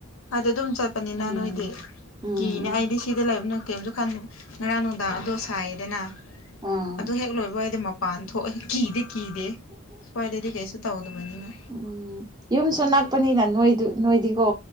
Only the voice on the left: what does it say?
ꯍꯥꯏꯗꯤ ꯑꯗꯨꯝ ꯆꯠꯄꯅꯤꯅ
ꯅꯣꯏꯗꯤ
ꯀꯤꯅꯦ ꯑꯩꯗꯤ ꯁꯤꯗ ꯂꯩꯕꯅ ꯀꯩꯝꯁꯨ ꯈꯟꯗ ꯉꯔꯥꯡ ꯅꯨꯡꯗꯥꯡ ꯑꯗꯨ ꯁꯥꯏꯌꯦꯗꯅ
ꯑꯗꯨ ꯍꯦꯛ ꯂꯣꯏꯕ ꯑꯩꯗꯤ ꯃꯄꯥꯟ ꯊꯣꯛꯑ ꯀꯤꯗꯤ ꯀꯤꯗꯦ ꯁ꯭ꯋꯥꯏꯗꯗꯤ ꯀꯩꯁꯨ ꯇꯧꯗꯕꯅꯤꯅ